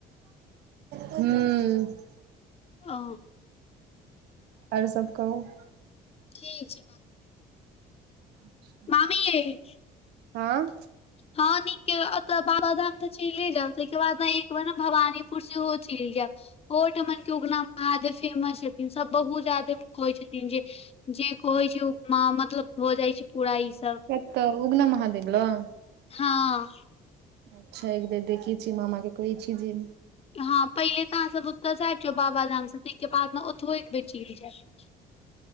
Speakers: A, on the right (about 80°); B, on the left (about 35°).
A: हू। <unintelligible>
B: ओ।
A: और सब कहु।
B: ठीक छै।
A: अच्छा
B: मामीयै-
A: आँ
B: हँ नीके ओतऽ बाबाधाम तऽ चैले जायब तहिके बाद ने एक बेर भवानीपुर सेहो चलि जायब। ओ ठामन के उगना महादेव फेमस छथिन सब बहुत जादे कहै छथिन जे जे कहै छै ओ मतलब भ जाइ छै पूरा ई सब।
A: कत्त उगना महादेव लग?
B: हँ।
A: अच्छा एक बेर देखै छियै मामा के कहै छी जे
B: हँं पहिले तऽ अहाँ सब ओतसँ आबि जाउ बाबाधाम सँ ताहिके बाद ने ओतहो एक बेर चलि जायब।